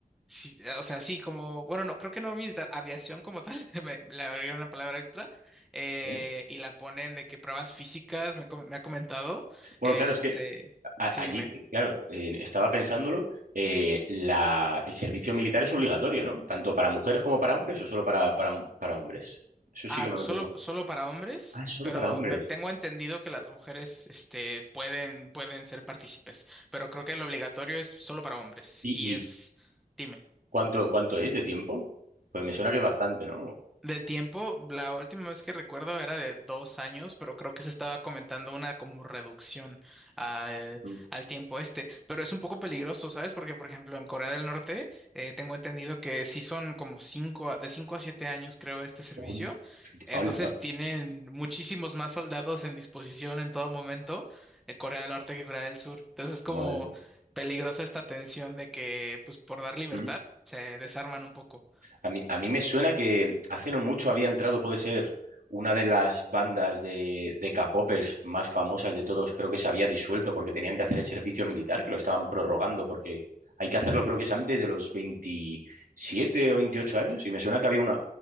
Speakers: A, in the centre; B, on the right (about 70°).
A: sí, eh, o sea, sí, como, bueno, no, creo que no militar, aviación como tal, <laughs> me- le agregué una palabra extra. eh,
B: ¿eh?
A: y la ponen de que pruebas físicas, me, com- me ha comentado.
B: Bueno,
A: Este,
B: claro, es que a-
A: sí,
B: allí,
A: dime.
B: claro, eh, estaba pensándolo, eh, la, el servicio militar es obligatorio, ¿no? Tanto para mujeres como para hombres o solo para, para, para hombres. Eso sí
A: Ah,
B: que
A: no,
B: no lo
A: solo,
B: tengo.
A: solo para hombres,
B: Ah, es solo
A: pero
B: para hombres.
A: me tengo entendido que las mujeres, este, pueden, pueden ser partícipes, pero creo que lo obligatorio es solo para hombres.
B: ¿Y,
A: Y es, dime.
B: ¿Cuánto, cuánto es de tiempo? Pues me suena que es bastante, ¿no?
A: De tiempo, la última vez que recuerdo era de dos años, pero creo que se estaba comentando una como reducción al,
B: Mm,
A: al tiempo este. Pero es un poco peligroso, ¿sabes? Porque, por ejemplo, en Corea del Norte eh, tengo entendido que sí son como cinco, a- de cinco a siete años, creo, este servicio.
B: hol-
A: Entonces
B: ¡Hala!
A: tienen muchísimos más soldados en disposición en todo momento en Corea del Norte que Corea del Sur. Entonces es como
B: Madre mía.
A: peligrosa esta tensión de que, pues, por dar libertad,
B: Ah,
A: se desarman un poco.
B: A mí, a mí me suena que hace no mucho había entrado, puede ser, una de las bandas de, de K-popers más famosas de todos. Creo que se había disuelto porque tenían que hacer el servicio militar, que lo estaban prorrogando porque hay que hacerlo, creo que es antes de los 27 o 28 años. Y me suena que había una...